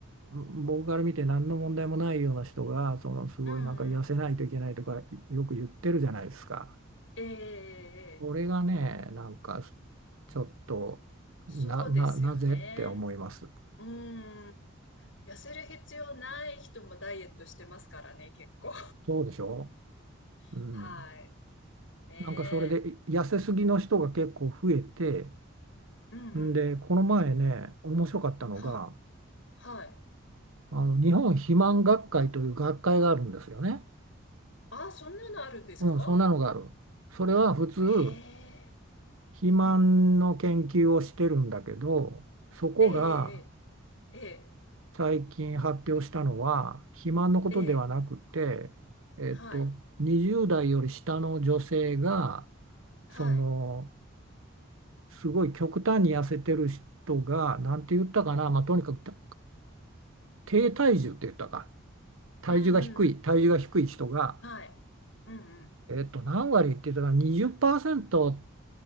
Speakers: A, on the right (about 80°); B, on the left (about 65°).
A: 僕から見て何の問題もないような人がそのすごいなんか痩せないといけないとかよく言ってるじゃないですか。
B: うん、うん、ええええ
A: それがねなんかちょっとな、
B: そうですよね。
A: な、なぜって思います。
B: うん。痩せる必要ない人もダイエットしてますからね、結構。
A: そうでしょ
B: <laughs>
A: うん。
B: はい。ねえ。
A: なんかそれで痩せすぎの人が結構増えて
B: うん、うん、
A: んでこの前ね面白かったのが
B: はい。はい。
A: あの日本肥満学会という学会があるんですよね。
B: あ、そんなのあるんですか
A: うん、そんなのがある。それは普通、
B: ええ
A: 肥満の研究をしてるんだけど、
B: うん、
A: そこが
B: ええええええ
A: 最近発表したのは、肥満のことではなくて、
B: ええ
A: えっと、
B: はい。
A: 20代より下の女性が、
B: はい。
A: その、すごい極端に痩せてる人が、なんて言ったかな、まあ、とにかくた低体重って言ったか、体重が低い、
B: うん、うん、うん
A: 体重が低い人が、
B: うん、はい。うん、うん。
A: えっと、何割って言ったかな、20%